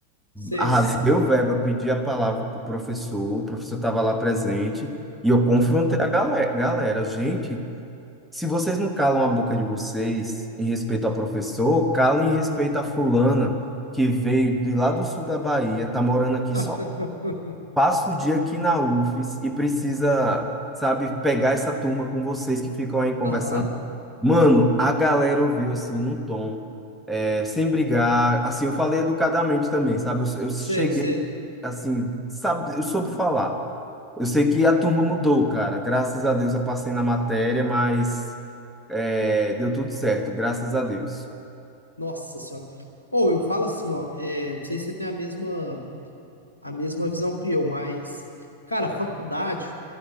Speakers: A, on the left; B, in the centre.
A: Sei.
B: arrasei o verbo, eu pedi a palavra pro professor, o professor tava lá presente, e eu confrontei
A: Aham.
B: a galera, galera, gente, se vocês não calam a boca de vocês em respeito ao professor, calem em respeito a fulana que veio de lá do sul da Bahia, tá morando aqui
A: <laughs>
B: passa o dia aqui na UFES e precisa, sabe, pegar essa turma com vocês que ficam aí conversando.
A: Aham.
B: Mano, a galera ouviu assim, num tom, é, sem brigar. Assim, eu falei educadamente também, sabe? Eu, eu cheguei,
A: Sei, sei.
B: assim, sabe, eu soube falar. Eu sei que a turma mudou, cara. Graças a Deus eu passei na matéria, mas é, deu tudo certo, graças a Deus.
A: Nossa senhora. Ou eu falo assim, ó. é, não sei se você tem a mesma a mesma visão que eu, mas, cara, faculdade